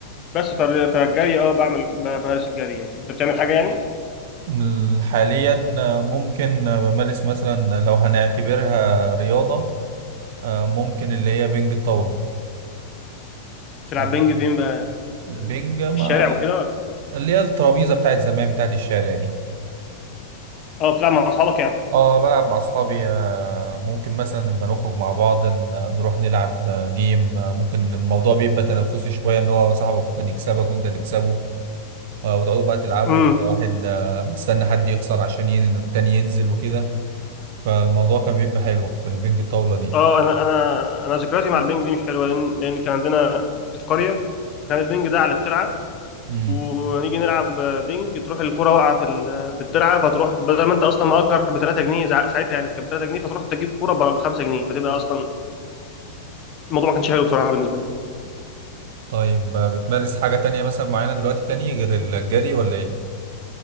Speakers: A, on the left (about 35°); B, on the right (about 55°).
A: بس فالر- فالجري اه بعمل بمارس الجري يعني انت بتعمل حاجه يعني
B: ال- حاليا آه، ممكن آه، بمارس مثلا لو هنعتبرها رياضة آه، ممكن اللي هي بنج الطاولة
A: بتلعب
B: يعني
A: بينج فين بقى
B: بينج ما
A: في الشارع وكده ولا
B: اللي هي الترابيزه بتاعت زمان بتاعت الشارع دي
A: اه بتلعب مع اصحابك يعني
B: اه بلعب مع اصحابي آه، ممكن مثلا نبقى نخرج مع بعض ن- نروح نلعب آه، جيم آه، ممكن الموضوع بيبقى تنافسي شويه ان هو صاحبك ممكن يكسبك وانت تكسبه آه، وتقعدوا بقى تلعبوا
A: امم
B: واحد آه، مستني حد يخسر عشان ين- التاني ينزل وكده فالموضوع كان بيبقى حلو في البنج الطاوله دي
A: اه انا انا انا ذكرياتي مع البنج دي مش حلوه لان لان كان عندنا كنت في قريه فكان البنج ده على الترعه
B: امم
A: ونيجي نلعب بنج تروح الكره واقعه في ال- في الترعه فتروح بدل ما انت اصلا مأجر ب 3 جنيه زع- ساعتها يعني كانت ب 3 جنيه فتروح تجيب كره ب 5 جنيه فتبقى اصلا الموضوع ما كانش حلو بصراحه بالنسبه لي
B: طيب آه، بتمارس حاجه تانية مثلا معينه دلوقتي تاني غير الجري ولا ايه؟